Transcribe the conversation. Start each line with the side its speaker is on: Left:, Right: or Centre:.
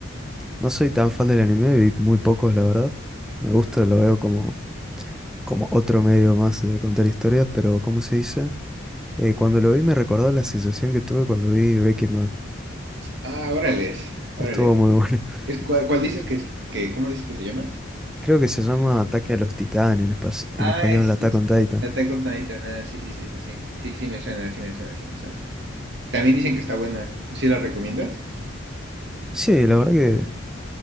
Centre: no soy tan fan del anime, vi muy pocos, la verdad. Me gusta, lo veo como, como otro medio más de contar historias, pero ¿cómo se dice? Eh, cuando lo vi me recordó la sensación que tuve cuando vi Breaking Bad.
Right: Ah, órales, órales.
Centre: Estuvo muy bueno. <laughs>
Right: Es, ¿cuál, cuál dices que, es- que, cómo dices que se llama?
Centre: Creo que se llama Ataque a los Titanes, en, espa- en
Right: Ah,
Centre: español
Right: es,
Centre: Attack
Right: es
Centre: on Titan.
Right: Attack on Titan, ah, sí, sí, sí, sí, sí. Sí, sí me suena, sí me suena, sí me suena. También dicen que está buena. ¿Sí la recomiendas?
Centre: Sí, la verdad que,